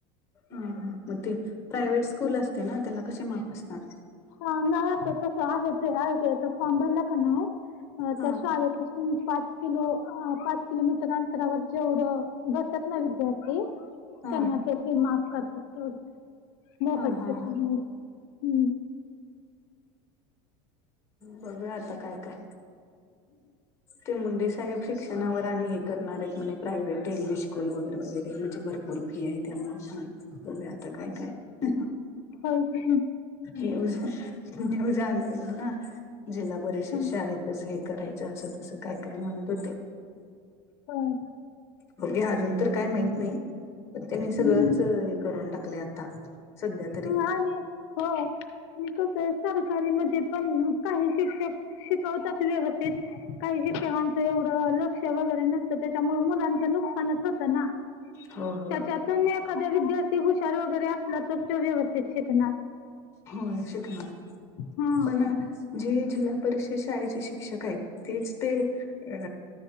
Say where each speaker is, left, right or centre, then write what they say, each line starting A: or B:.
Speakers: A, on the left; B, on the left.
A: ह मग ते प्रायव्हेट स्कूल असते ना त्यांना कशी माफ असणार
B: हा नाही आता कसं आहे ते आहे आयटीयसचे याचा फॉर्म भरला का नाही
A: हा
B: त्या शाळेत पाच किलो पाच किलोमीटर अंतरावर जेवढं बसत ना विद्यार्थ ते
A: हा
B: त्यांना ते फी माफ करतात तेवढी मोफत
A: हा हा
B: शिक्षण
A: हा
B: मिळते हम्म
A: बघूया आता काय काय ते मुंडे साहेब शिक्षणावर आणि हे करणार आहेत म्हे प्रायव्हेट इंगलिश स्कूल वगैरे वगैरे म्हणजे भर पुर्ण फी आहे त्यांना सांग बघूया आता काय काय
B: हो का
A: न्यूज न्यूज आणलेल ना जिल्हा परिषद
B: हा,
A: शाळेतच हे करायच असं तसं काय काय म्हणत होते
B: हम
A: बघूया अजून तर काय माहित नाही तर त्यांनी सगळंच
B: हम्म.
A: हे करून टाकले आता सध्या तरी
B: आणि हो आणि कस आहे सरकारी मध्ये पण काही शिक्षक शिकवतात व्यवस्थित काही शिक्षकां हो ऐवढ लक्ष वगरे न त्याच्यामुळे मुलांच नुकसानच होत ना
A: हो होय
B: त्याच्यात तन एखाद्या विद्यार्थी हुशार वगैरे असला तर तो व्यवस्थेत शिकणार
A: होय शिकणार
B: हां
A: पण जे जिल्हा परिषद शाळेचे शिक्षक आहेत तेच ते अ